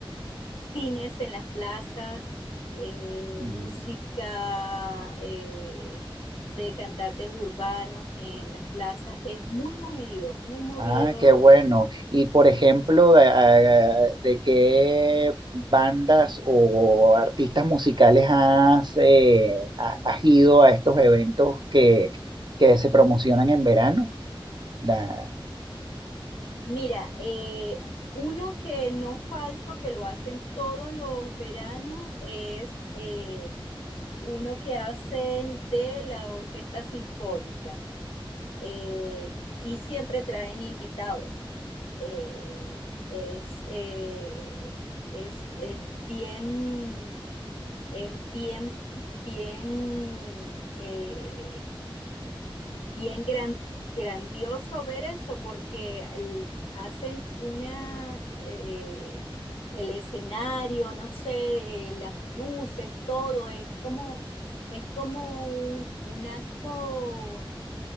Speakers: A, on the left; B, on the right.
A: cines en las plazas, eh,
B: Mm.
A: música eh, de cantantes urbanos en las plazas. Es muy movido, muy movido
B: Ah, qué bueno. Y por ejemplo, de, a- de qué bandas o artistas musicales has, eh, ha- has ido a estos eventos que, que se promocionan en verano? Da-
A: Mira, eh, uno que no falto, que lo hacen todos los veranos, es eh, uno que hacen de la Orquesta Sinfónica eh, y siempre traen invitados. Eh, es, eh, es, es bien, es bien, bien eh, bien gran- grandioso ver eso porque el- hacen una, eh, el escenario, no sé, eh, las luces, todo es como, es como un, un acto,